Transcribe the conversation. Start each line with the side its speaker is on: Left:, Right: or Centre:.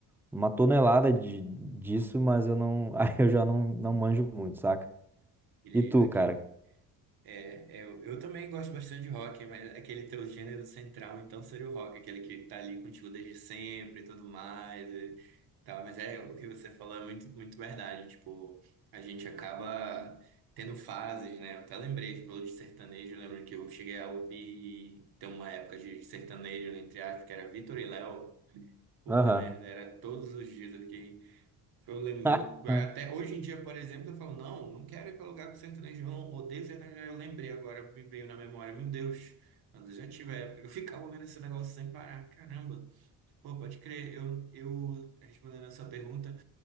Centre: uma tonelada de, disso, mas eu não, <laughs> aí eu já não, não manjo muito, saca?
Right: Aquele,
Centre: E tu,
Right: aquele
Centre: cara?
Right: É, é, eu, eu também gosto bastante de rock, mas aquele teu gênero central, então, seria o rock, aquele que tá ali contigo desde sempre e tudo mais e tal. Mas é, o que você falou é muito, muito verdade. Tipo, a gente acaba tendo fases, né? Eu até lembrei, você falou de sertanejo, eu lembro que eu cheguei a ouvir, tem uma época de sertanejo, entre aspas, que era Vitor e Léo. Puta
Centre: Aham.
Right: merda, era todos os dias eu fiquei eu, lem-
Centre: <laughs>
Right: eu até hoje em dia, por exemplo, eu falo, não, não quero ir para lugar com sertanejo, não odeio sertanejo Eu lembrei agora, me veio na memória, meu Deus, quando eu já tive a época que eu <laughs> ficava ouvindo esse negócio sem parar, caramba. Pô, pode crer, eu, eu respondendo a sua pergunta,